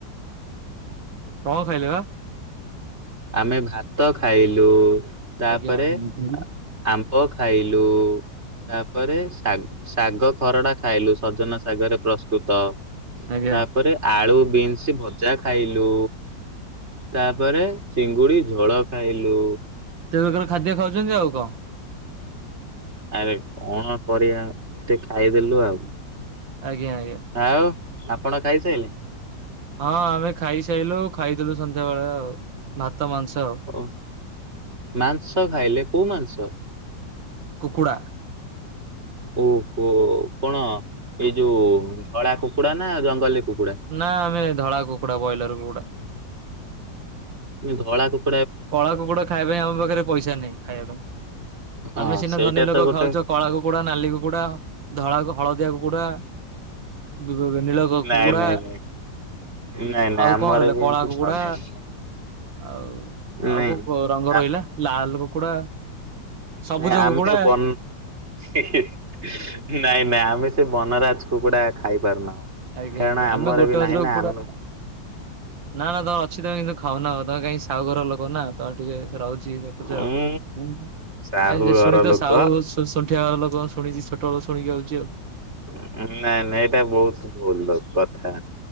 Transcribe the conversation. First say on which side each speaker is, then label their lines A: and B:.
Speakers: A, on the right; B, on the right.
A: କଣ ଖାଇଲେ ବା?
B: ଆମେ ଭାତ ଖାଇଲୁ। ତା'ପରେ
A: ଆଜ୍ଞା। ଆଜ୍ଞା
B: ଆମ୍ବ ଖାଇଲୁ। ତା'ପରେ ଶାଗ୍ ଶାଗ ଖରଡା ଖାଇଲୁ, ସଜନା ଶାଗରେ ପ୍ରସ୍ତୁତ।
A: ଆଜ୍ଞା
B: ତା'ପରେ ଆଳୁ ବିନ୍ସ ଭଜା ଖାଇଲୁ। ତା'ପରେ ଚିଙ୍ଗୁଡ଼ି ଝୋଳ ଖାଇଲୁ।
A: ତେ ପ୍ରକାର ଖାଦ୍ୟ ଖାଉଛନ୍ତି ଆଉ କଁ?
B: ଆରେ କଣ କରିଆ? ଟିକେ ଖାଇଦେଲୁ ଆଉ।
A: ଆଜ୍ଞା, ଆୟା।
B: ଆଉ, ଆପଣ ଖାଇସାଇଲେ?
A: ହଁ, ଆମେ ଖାଇସାଇଲୁ, ଖାଇଥିଲୁ ସନ୍ଧ୍ୟାବେେଳେ ଆଉ, ଭାତ ମାଂସ ଆଉ।
B: ଓଃ, ମାଂସ ଖାଇଲେ କୋଉ ମାଂସ?
A: କୁକୁଡ଼ା।
B: ଓହୋ! କଣ ଏଇ ଯୋଉ ଧଳା କୁକୁଡା ନା, ଜଙ୍ଗଲି କୁକୁଡା?
A: ନା, ଆମେ ଧଳା କୁକୁଡା, ବଏଲର କୁକୁଡା।
B: ନାଇଁ ଧଳା କୁକ୍
A: କଳା କୁକୁଡା ଖାଇବା ପାଇଁ, ଆମ ପାଖରେ ପଇସା ନାହିଁ। ଖାଇବା ପାଇଁ।
B: ହଁ
A: ଆମେ ସିନା
B: ସେଇଟା
A: ଧନୀ ଲୋକ
B: ତ ଗୋଟେ
A: ଖାଉଛ, କଳା କୁକୁଡା, ନାଲି କୁକୁଡା, ଧଳା, ହଳଦିଆ କୁକୁଡା। ବି କ-କ ନୀଳକ
B: ନାଇଁ
A: କକୁଡ଼ା।
B: ନାଇଁ ନାଇଁ। ନାଇଁ ନାଇଁ
A: ଆଉ
B: ଆମର
A: କଣ ରହିଲା?
B: ବି
A: କଳା
B: ଏମିତି
A: କୁକୁଡା,
B: ଧନୀ ନୁହଁ।
A: ଆଉ
B: ନାଇଁ
A: ଆଉ କୋଉ କ ରଙ୍ଗ
B: ଆ
A: ରହିଲା? ଲାଲ୍ କୁକୁଡା, ସବୁଜ
B: ନାଇଁ ଆମେ
A: କୁକୁଡା,
B: ବନ <unintelligible> ନାଇଁ ନାଇଁ ଆମେ ସେ, ବନରାଜ କୁକୁଡା ଖାଇପାରୁନାହୁଁ।
A: ଆଜ୍ଞା
B: କାରଣ
A: ଆଜ୍ଞା ଆମେ
B: ଆମର
A: ଗୋଟେ
B: ବି
A: ମାତ୍ର
B: ନାହିଁ ନା,
A: କୁକୁଡା
B: ଆମେ
A: ନା, ନା, ତମର ଅଛି ତମେ କିନ୍ତୁ ଖାଉନ, ତମେ କାହିଁ ସାହୁ ଘର ଲୋକ ନା, ତମେ ଟିକେ ରହୁଛି ଦେଖୁଛ।
B: ଉଁ
A: ହୁଁ,
B: ସାହୁ
A: ଆଉ ଆ ଯେ
B: ଘର
A: ଶୁଣି ତ
B: ଲୋକ
A: ସାହୁଜ୍ ଶୁଣ୍ଠିଆ ଘର ଲୋକ ଶୁଣିଛି, ଛଟବେଳୁ ଶୁଣିକି ଆଉଛି ଆଉ।
B: ନାଇଁ, ନାଇଁ, ଏଇଟା ବହୁତ ଭୁଲୁ କଥା।